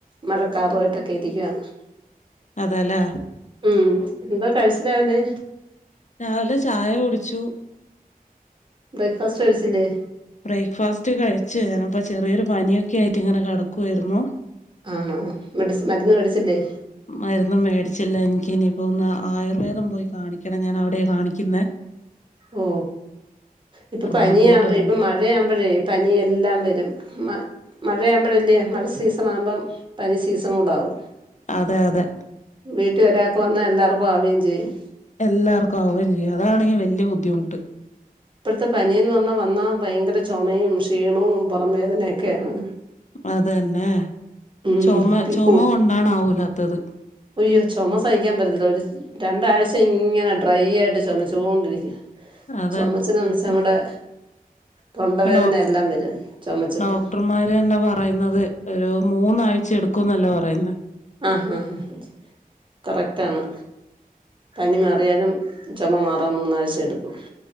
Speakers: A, on the right; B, on the left.
A: മഴക്കാറുമായിട്ടൊക്കെ ഇരിക്കയാണ്.
B: അതെല്ലേ
A: ഉം എന്താ കഴിച്ചത് രാവിലെ?
B: രാവിലെ ചായ കുടിച്ചു.
A: ബ്രേക്ക്ഫാസ്റ്റ് കഴിച്ചില്ലേ?
B: ബ്രേക്ക്ഫാസ്റ്റ് കഴിച്ചു. അപ്പം- ചെറിയൊരു പനിയൊക്കെ ആയിട്ട് ഇങ്ങനെ കിടക്കുകയായിരുന്നു.
A: ആണോ മെഡിസിൻ, മരുന്ന് മേടിച്ചില്ലേ?
B: മരുന്ന് മേടിച്ചില്ല. എനിക്ക് ഇനിയിപ്പോ ഒന്ന് ആയുർവേദം പോയി കാണിക്കണം. ഞാൻ അവിടെ കാണിക്കുന്നേ.
A: ഓ ഇപ്പോ
B: അപ്പൊ
A: പനിയാ,
B: അങ്ങോട്ട് പോണം
A: ഇപ്പോ മഴയാവുമ്പോഴേ- പനിയെല്ലാം വരും- മഴയാകുമ്പോഴല്ലേ, മഴ സീസണ്- ആകുമ്പോം പനി സീസൺ കൂടെ ആകും.
B: അതെ, അതെ.
A: വീട്ടിൽ ഒരാൾക്ക് വന്നാ എല്ലാർക്കും ആവുകയും ചെയ്യും.
B: എല്ലാർക്കും അവുകയും ചെയ്യും. അതാണ് ഈ വലിയ ബുദ്ധിമുട്ട്.
A: ഇപ്പോഴത്തെ പനിയൊന്ന് വന്നാൽ ഭയങ്കര ചുമയും, ക്ഷീണവും പുറം വേദനയൊക്കെയാണ്.
B: അത് തന്നെ.
A: ഉം
B: ചുമ,
A: പി
B: ചുമ
A: കൊ
B: കൊണ്ടണാവൂലാത്തത്.
A: അയ്യോ, ചുമ സഹിക്കാൻ പറ്റത്തില്ല. ഒരു രണ്ടാഴ്ച ഇങ്ങനെ ഡ്രൈ- ആയിട്ട് ചുമച്ചു കൊണ്ടിരിക്കും.
B: അതെ
A: ചുമച്ചു ചുമച്ചു നമ്മുടെ- തൊണ്ടവേദന
B: ഡോ
A: എല്ലാം വരും ചുമച്ചിട്ട്
B: ഡോക്ടർമാര് ന്നാ പറയുന്നത്. ഒരു മൂന്നാഴ്ച എടുക്കുംന്നല്ലേ പറയുന്ന.
A: ആഹാ ആഹാ കറക്റ്റ് ആണ്. പനി മാറിയാലും ചുമ മാറാൻ മൂന്നാഴ്ച എടുക്കും.